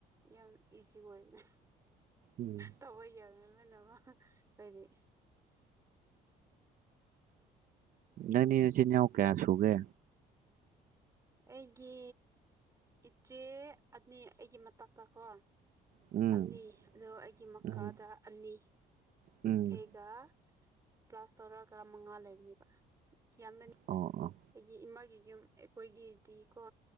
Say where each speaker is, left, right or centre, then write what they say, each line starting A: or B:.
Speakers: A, on the right; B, on the right.
A: ꯌꯥꯝ ꯏꯖꯤ ꯑꯣꯏꯕꯅꯦ
B: ꯎꯝ
A: ꯇꯧꯕ ꯌꯥꯕꯅꯤ ꯂꯣꯏꯅꯃꯛ ꯑꯩꯗꯤ
B: ꯅꯪꯗꯤ ꯅꯆꯤꯟ ꯅꯅꯥꯎ ꯀꯌꯥ ꯁꯨꯒꯦ
A: ꯑꯩꯒꯤ ꯏꯆꯦ ꯑꯅꯤ ꯑꯩꯒꯤ ꯃꯇꯛꯇ ꯀꯣ
B: ꯎꯝ
A: ꯑꯅꯤ ꯑꯗꯨꯒ ꯑꯩꯒꯤ ꯃꯈꯥꯗ
B: ꯎꯝ
A: ꯑꯅꯤ
B: ꯎꯝ
A: ꯑꯩꯒ ꯄ꯭ꯂꯥꯁ ꯇꯧꯔꯒ ꯃꯉꯥ ꯂꯩꯕꯅꯦꯕ ꯌꯥꯝꯃꯦꯟ
B: ꯑꯣ ꯑꯣ
A: ꯑꯩꯒꯤ ꯏꯃꯥꯒꯤ ꯌꯨꯝ ꯑꯩꯈꯣꯏꯒꯤꯗꯤꯀꯣ